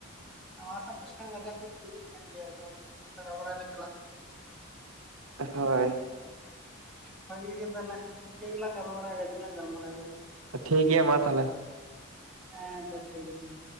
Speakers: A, in the centre; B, on the right (about 85°).
A: ᱱᱚᱣᱟ ᱥᱟᱶ ᱠᱟᱥᱴᱚᱢ ᱵᱟᱡᱟᱨ ᱛᱮ ᱠᱚ ᱫᱩᱲᱩᱵ ᱠᱟᱱ ᱜᱮᱭᱟ ᱟᱫᱚ ᱫᱟᱬᱟ ᱵᱟᱲᱟᱭ ᱞᱮ ᱪᱟᱞᱟᱜ ᱛᱟᱦᱮᱸᱼᱼ
B: ᱦᱳᱭ
A: ᱵᱷᱟᱹᱜᱤ ᱜᱮ ᱛᱟᱞᱮ ᱤᱱᱠᱟᱹ ᱜᱮᱞᱟᱝ ᱜᱟᱞᱢᱟᱨᱟ ᱟ ᱜᱟᱡᱮ ᱞᱟᱝ ᱜᱟᱞᱢᱟᱨᱟᱣ ᱠᱮᱫᱟ
B: ᱴᱷᱤᱠ ᱜᱮᱭᱟ ᱢᱟ ᱛᱟᱦᱚᱞᱮ
A: ᱦᱮᱸ ᱛᱚ ᱴᱷᱤᱠ ᱜᱮᱭᱟ